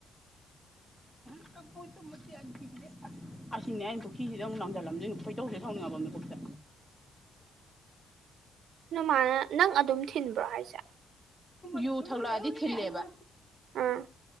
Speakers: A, on the right (about 75°); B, in the centre.
A: <inaudible>
B: <unintelligible> ꯑꯁꯤꯅꯦ ꯑꯩꯅ ꯄꯨꯈꯤꯁꯤꯗ ꯑꯃꯨꯛ ꯂꯪꯁꯤꯜ ꯂꯝꯗꯣꯏꯅꯦ ꯈꯣꯏꯗꯧꯖꯦ ꯍꯦꯛ ꯁꯥꯎꯅꯤꯡꯉꯥꯛꯄ ꯃꯤꯀꯨꯞꯇ
A: <inaudible> ꯅꯣꯏꯃꯥꯅ ꯅꯪ ꯑꯗꯨꯝ ꯊꯤꯟꯕ꯭ꯔꯣ ꯍꯥꯏꯁꯦ
B: ꯌꯨ ꯊꯛꯂꯛꯑꯗꯤ ꯊꯤꯜꯂꯦꯕ
A: ꯑꯥ